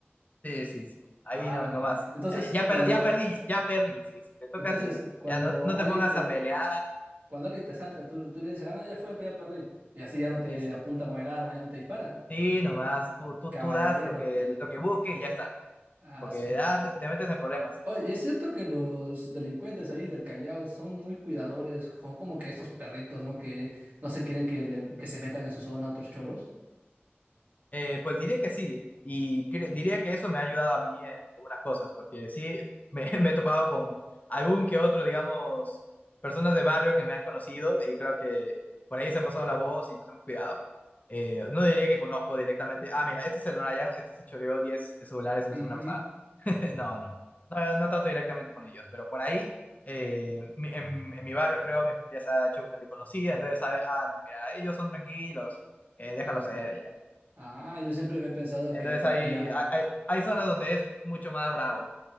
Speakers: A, on the left; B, on the right.
A: Sí, sí, sí. Ahí
B: Ah,
A: no,
B: no
A: no
B: ma-
A: más.
B: Entonces,
A: Ya, ya, ya
B: cuando,
A: perdí, ya perdí, ya perdí. Sí, si te toca
B: entonces,
A: a ti,
B: cuando
A: ya no, no
B: alguien
A: te pongas
B: te,
A: a pelear.
B: cuando alguien te asalta, tú, tú le dices, ah, no, ya fue, pues ya perdí. Y así ya no te
A: Es-
B: apunta con el arma, ya no te dispara.
A: sí, nomás. Tú, tú,
B: Caballero.
A: tú das lo que, lo que busque y ya está.
B: Ah,
A: Porque
B: su.
A: ah, te, te metes en problemas.
B: Oye, es cierto que los delincuentes ahí del Callao son muy cuidadores, son como que estos perritos, ¿no? Que no se quieren que, le- que se metan en su zona otros choros.
A: Eh, pues diría que sí, y cre- diría que eso me ha ayudado a mí en algunas cosas, porque sí me, <laughs> me he topado con algún que otro, digamos, personas de barrio que me han conocido y creo que por ahí se han pasado la voz y nos hemos cuidado. Eh, no diría que conozco directamente, ah, mira, este es el Brian, este se choreó 10 celulares la
B: Ujú.
A: semana pasada. <laughs> No, no, no, no trato directamente con ellos, pero por ahí, eh, mi- en, en mi barrio creo, mi familia se ha hecho medio conocida, entonces sabe, ah, no, mira, ellos son tranquilos, eh, déjalo
B: Ah,
A: ser y ya.
B: ah, yo siempre había pensado
A: Entonces
B: que
A: hay,
B: él a-
A: hay, hay zonas donde es mucho más bravo.